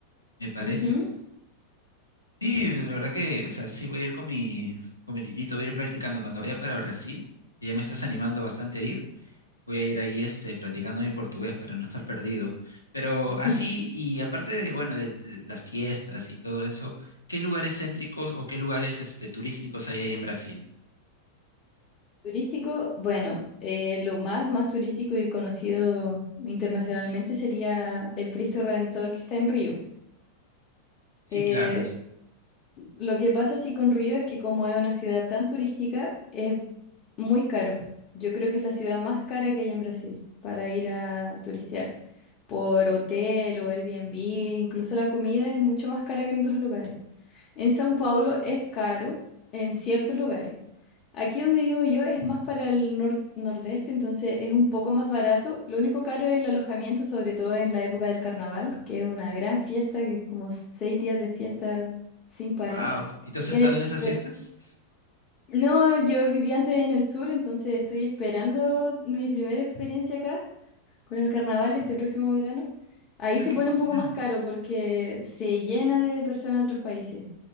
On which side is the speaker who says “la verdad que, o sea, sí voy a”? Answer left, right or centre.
Left